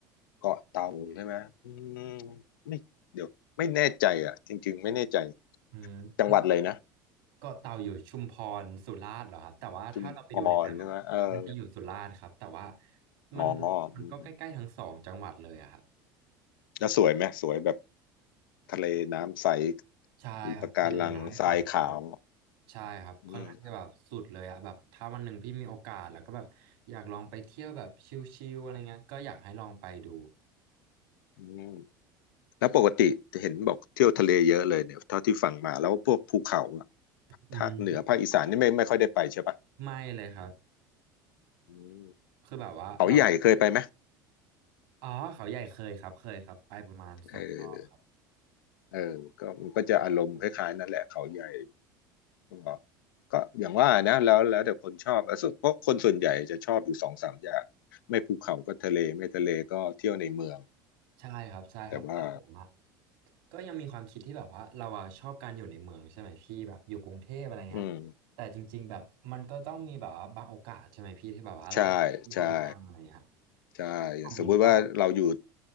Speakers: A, on the left (about 85°); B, on the right (about 80°).
A: เกาะเต่าใช่ไหมอืมไม่เดี๋ยวไม่แน่ใจอ่ะจริงๆไม่แน่ใจ
B: อืมอัน
A: จังหวัดเลยนะ
B: เกาะเต่าอยู่ชุมพรสุราษฎร์เหรอครับแต่ว่าถ้าเราไปดูในแมปอะมันจะอยู่สุราษฎร์ครับแต่ว่า
A: ชุมพรใช่ไหมเอออ๋อ
B: มันมันก็ใกล้ๆทั้งสองจังหวัดเลยอะครับ
A: อืมแล้วสวยไหมสวยแบบ ทะเลน้ำใส
B: ใช่ครับทะเลน้ำใสเลย
A: มีปะการังทรายขาว
B: ใช่ครับค่อนข้างจะแบบสุดเลยอะแบบถ้าวันหนึ่งพี่มีโอกาสแล้วก็แบบอยากลองไปเที่ยวแบบชิลๆอะไรเงี้ยก็อยากให้ลองไปดู
A: อืมอืมแล้วปกติจะเห็นบอกเที่ยวทะเลเยอะเลยเนี่ยเท่าที่ฟังมาแล้วพวกภูเขาอะ
B: อืมภูเขา
A: ภาคเหนือภาคอีสานนี่ไม่ไม่ค่อยได้ไปใช่ปะ
B: ไม่เลยครับ
A: อืม
B: คือแบบว่าเรา
A: เขาใหญ่เคยไปไหม
B: อ๋อเขาใหญ่เคยครับเคยครับไปประมาณสองรอบครับ
A: เออเออก็มันก็จะอารมณ์คล้ายๆนั่นแหละเขาใหญ่ก็ก็อย่างว่านะแล้วแล้วแต่คนชอบแล้วสุดเพราะคนส่วนใหญ่จะชอบอยู่สองสามอย่างไม่ภูเขาก็ทะเลไม่ทะเลก็เที่ยวในเมือง
B: ใช่ครับใช่ครับแต่ผมอะ
A: แต่ว่า
B: ก็ยังมีความคิดที่แบบว่าเราอะชอบการอยู่ในเมืองใช่ไหมพี่แบบอยู่กรุงเทพอะไรเงี้ยแต่จริงๆแบบมันก็ต้องมีแบบว่าบางโอกาสใช่ไหมพี่ที่แบบว่าเราจะเที่ยวบ้างอะไรเงี้ย
A: อืมใช่ใช่ ใช่อย่างสมมุติว่าเราอยู่
B: ของผมก็